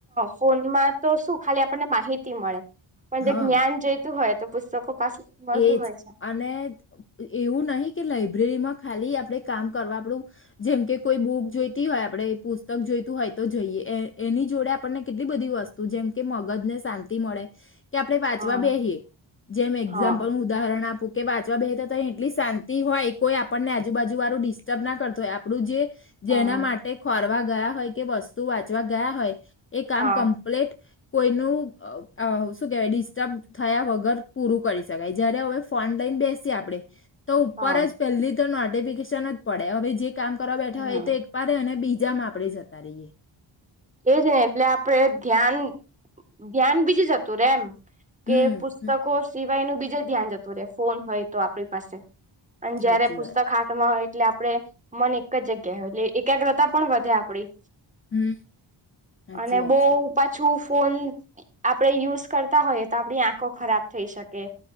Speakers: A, on the right; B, on the left.
A: ફોનમાં તો શું ખાલી આપણને માહિતી મળે પણ
B: હા
A: જે જ્ઞાન જઈતું હોય તો પુસ્તકો પાસેથી મળતું
B: એજ
A: હોય છે.
B: અને એવું નહી લાઈબ્રેરીમાં ખાલી આપડે કામ કરવા આપડું જેમકે કોઈ બુક જોઈતી હોય આપડે પુસ્તક જોઈ હોય તો જઈએ એ એની જોડે આપણને કેટલી બધી વસ્તુ જેમ કે મગજ ને શાંતિ મળે કે આપડે વાંચવા
A: હા
B: બેહીએ જેમ એક્ઝામ
A: હા
B: ઉદાહરણ આપું કે વાંચવા બેહેતા ત એટલી શાંતિ હોય કોઈ આપણને આજુબાજુ વારું ડિસ્ટર્બ ના કરતો હોય આપણું જે
A: હા
B: જેના માટે ખોરવા ગયા હોય કે વસ્તુ વાંચવા ગયા હોય એ કામ
A: હા
B: કમ્પ્લીટ કોઈનું અ શું કેવાય ડિસ્ટર્બ થયા વગર પૂરું કરી જયારે હવે ફોન લઈને બેસીએ આપણે તો ઉપર
A: હા
B: જ પહેલી તો નો નોટિફિકેશન જ પડે હવે જે કામ કરવા બેઠા
A: હમ
B: હોય એ તો એક પારે અને બીજામાં આપડે જતા રહીએ
A: એજ ને એટલે આપડે ધ્યાન ધ્યાન બીજું જતું રે એમ
B: હમ
A: કે પુસ્તકો
B: હમ
A: સિવાય નો બીજે ધ્યાન જતું રહેે ફોન હોય તો આપણી પાસે અને
B: સાચી
A: જયારે પુસ્તક
B: વાત
A: હાથમાં હોય એટલે આપણે મન એક જ જગ્યા હોય એટલે એકાગ્રતા પણ વધે આપડી
B: હમ સાચી
A: અને
B: વાત
A: બઉ
B: છે
A: પાછું ફોન આપડે યુઝ કરતા હોયએ તો આપણી આંખો ખરાબ થઈ શકે